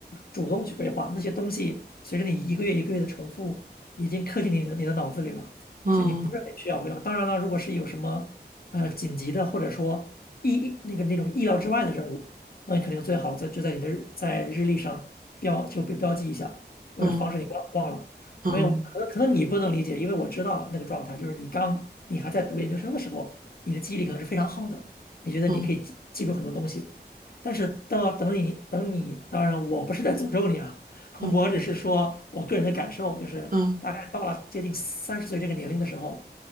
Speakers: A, on the left (about 60°); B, on the right (about 50°).
A: 主动去规划那些东西，随着你一个月一个月的重复，已经刻进你的你的脑子里了，
B: 嗯
A: 所以你不是很需要规划。当然了，如果是有什么呃紧急的，或者说意那个那种意料之外的任务，那你肯定最好在就在你的日在日历上标就标标记一下，为了防止你忘忘了。
B: 嗯嗯
A: 因为可能可能你不能理解，因为我知道那个状态，就是你刚你还在读研究生的时候，你的记忆力可能是非常好的，你觉得你可以记记住很多东西。
B: 嗯
A: 但是到等你等你，当然我不是在诅咒你啊，<laughs>
B: 嗯
A: 我只是说我个人的感受，就是大概到了接近三十岁这个年龄的时候，
B: 嗯。